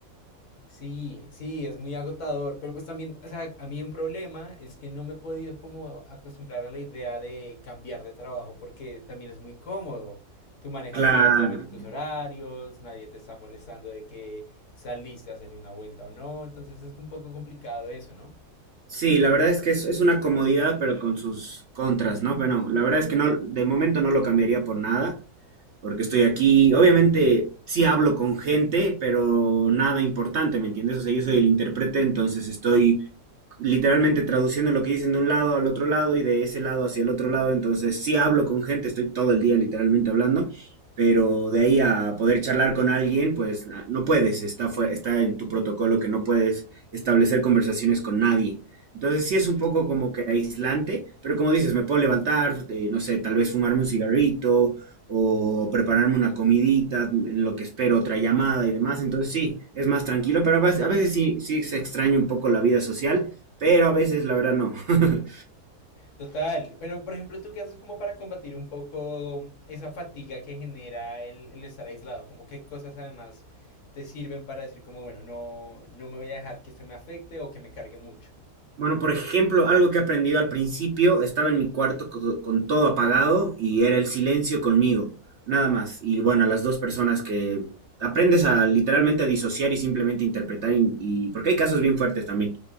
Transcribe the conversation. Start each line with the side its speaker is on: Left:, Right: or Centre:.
Left: Sí, sí, es muy agotador, pero pues también, o sea, a mí un problema es que no me he podido como acostumbrar a la idea de cambiar de trabajo porque también es muy cómodo. Tú manejas
Right: claro.
Left: relativamente tus horarios, nadie te está molestando de que saliste a hacer una vuelta o no, entonces es un poco complicado eso, ¿no?
Right: Sí, la verdad es que es, es una comodidad, pero con sus contras, ¿no? Pero no, la verdad es que no, de momento no lo cambiaría por nada, porque estoy aquí. Obviamente sí hablo con gente, pero nada importante, ¿me entiendes? O sea, yo soy el intérprete, entonces estoy literalmente traduciendo lo que dicen de un lado al otro lado y de ese lado hacia el otro lado. Entonces sí hablo con gente, estoy todo el día literalmente hablando, pero de ahí a poder charlar con alguien, pues na- no puedes, está, fue- está en tu protocolo que no puedes establecer conversaciones con nadie. Entonces sí es un poco como que aislante, pero como dices, me puedo levantar, eh, no sé, tal vez fumarme un cigarrito o prepararme una comidita en lo que espero otra llamada y demás. Entonces sí, es más tranquilo, pero a veces a veces sí, sí se extraña un poco la vida social pero a veces la verdad no. <laughs>
Left: Total, pero por ejemplo, ¿tú qué haces como para combatir un poco esa fatiga que genera el, el estar aislado? Como qué cosas además te sirven para decir como, bueno, no, no me voy a dejar que esto me afecte o que me cargue mucho.
Right: Bueno, por ejemplo, algo que he aprendido al principio, estaba en mi cuarto co- con, todo apagado y era el silencio conmigo, nada más. Y bueno, las dos personas que aprendes a literalmente a disociar y simplemente interpretar, y, y- porque hay casos bien fuertes también.